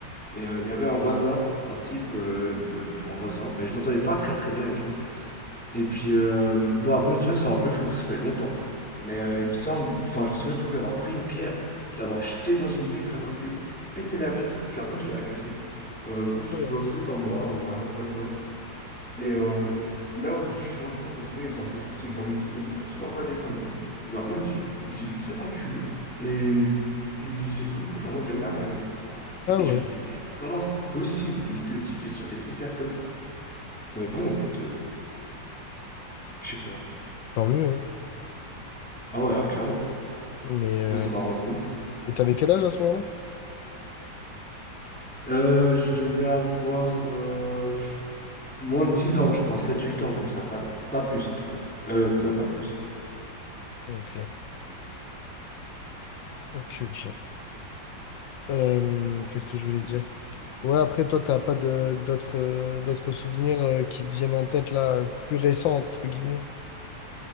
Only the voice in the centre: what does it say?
Et euh, il y avait un voisin, un type, euh, bah, un voisin, mais je m'entendais pas très très bien avec lui. Et puis, euh, bon, après, me souvenir, c'est un peu flou, parce que ça fait longtemps. Mais euh, il me semble, enfin, j'en souviens du coup d'avoir pris une pierre, de l'avoir jetée dans une vitre à côté, pété la vitre, puis après, je l'ai accusé. Euh, comme si
je bah, c'était pas moi, euh, vraiment, pas de bol. Et euh, là où je dis souvent que je pense que mes souvenirs ils sont un peu fous, c'est que dans mes souvenirs, il s'est absolument pas défendu, il a rien dit, il s'est juste fait enculer, et puis c'est tout, genre, moi, j'ai jamais rien eu.
Et
je me dis, mais comment c'est possible que le type il soit laissé faire comme ça? Mais bon, écoute, euh, je sais pas.
Ah ouais, alors, clairement.
Moi, ça m'arrange de ouf.
Euh, je devais avoir euh, Moins de 10 ans, je pense, sept huit ans comme ça, pas, pas plus en tout cas. Euh, ouais, pas plus.